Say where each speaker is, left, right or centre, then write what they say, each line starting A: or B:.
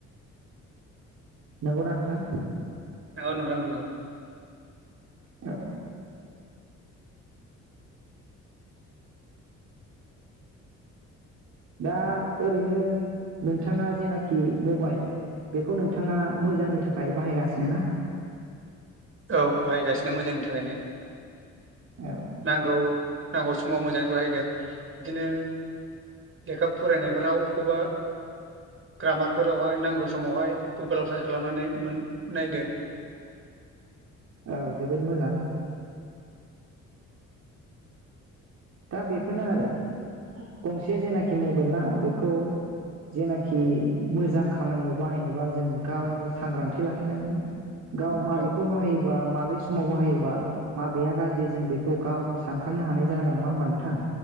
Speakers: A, on the right; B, on the right.
A: नंगौ दा नोंथां।
B: औ नोंथां नंगौ।
A: औ। दा ओरैनो नोंथाङा जेनाखि मबाइल बेखौ नोंथाङा मोजांनि थाखाय बाहायगासिनो ना।
B: औ बाहायगासिनो मोजांनि थाखायनो।
A: औ
B: नांगौ नांगौ समाव मोजाङै बाहायदों बिदिनो लेखा फरायनायफोराव अबेखौेबा ग्रामारफोरावहाय नांगौ समावहाय गुगोलाव सार्च खालामनानै मोन-नायदों।
A: औ जोबोद मोजां। दा बेफोरनो आरो गंसे जेनाखि मबाइल ला बेखौ जेनाखि मोजां खामानियाव बाहायनोबा जों गावनो सांग्रांथि लाखिनांगोन। गाव माबेखौ
B: औ
A: बाहायोबा माबे समाव बाहायोबा माबेया गाज्रि जों बेखौ गावनो सानखांनो हानाय जानांगोन न नङा होमबा नोंथां